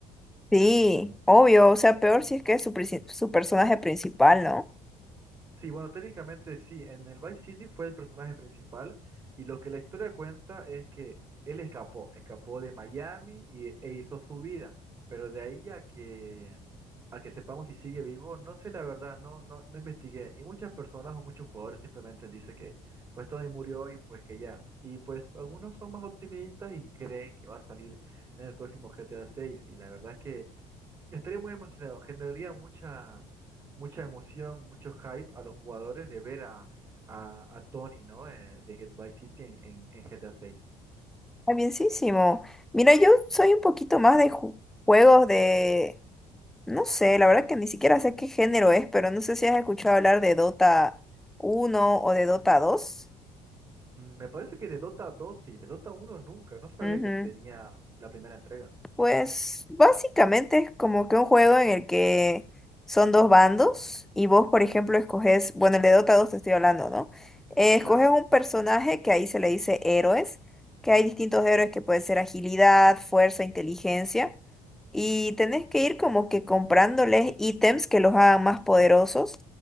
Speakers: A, in the centre; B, on the right (about 30°).
A: Sí, obvio, o sea, peor si es que es su, princi- su personaje principal, ¿no?
B: Sí, bueno, técnicamente sí, en el Vice City fue el personaje principal y lo que la historia cuenta es que él escapó, escapó de Miami y, e hizo su vida, pero de ahí a que, a que sepamos si sigue vivo, no sé la verdad, no, no, no investigué y muchas personas o muchos jugadores simplemente dicen que pues Tony murió y pues que ya, y pues algunos son más optimistas y creen que va a salir en el próximo GTA 6 y la verdad es que Estaría muy emocionado, generaría mucha, mucha emoción y mucho hype a los jugadores de ver a, a, a Tony, ¿no? Eh, de Get- Vice City en, en, en GTA 6.
A: Está bienísimo. Mira, yo soy un poquito más de ju- juegos de No sé, la verdad que ni siquiera sé qué género es, pero no sé si has escuchado hablar de Dota uno o de Dota dos
B: Me parece que de Dota 2 sí, de Dota 1 nunca, no sabía
A: Ujú.
B: que tenía la primera entrega.
A: Pues básicamente es como que un juego en el que son dos bandos y vos, por ejemplo, escoges, bueno, el de Dota dos te estoy hablando, ¿no? Eh, escoges
B: Claro,
A: un personaje que ahí se le dice héroes, que hay distintos héroes que puede ser agilidad, fuerza, inteligencia. Y tenés que ir como que comprándoles ítems que los hagan más poderosos,